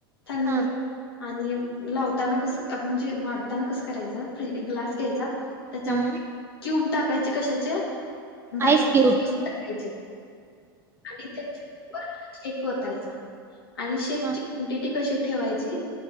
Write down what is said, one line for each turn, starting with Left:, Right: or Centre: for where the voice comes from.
Left: थंड
Right: हा
Left: आणि लावताना कसं म्हणजे वाढताना कसं करायचं फ -ग्लास घ्यायचा. त्याच्यामध्ये
Right: हम्म
Left: क्यूब टाकायचे कशाचे? बर्फाचे
Right: आईस क्यूबज.
Left: क्यूब टाकायचे आणि त्या चेक ओतायचा. आणि शेकची
Right: हा
Left: क्वांटिटी कशी ठेवायची